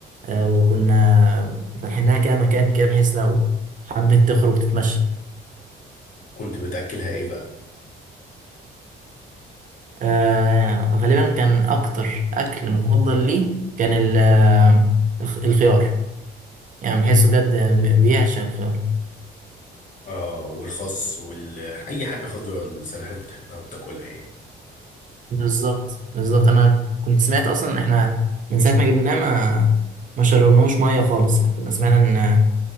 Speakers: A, on the right; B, on the left.
A: آه، وكنا فاتحين لها كده مكان كده بحيث لو حبيت تخرج تتمشى
B: كنت بتاكلها ايه بقى
A: آه، غالبا كان اكتر اكل مفضل ليه كان ال- آه، الخ- الخيار يعني بحسه بجد بي- بيعشق الخيار
B: اه والخس وال اي حاجه خضراء السلاحف بتحبها بتاكلها يعني
A: بالظبط بالظبط انا كنت سمعت اصلا ان احنا من ساعه ما جبناه ما ما شربناهوش ميه خالص يعني كنا سمعنا ان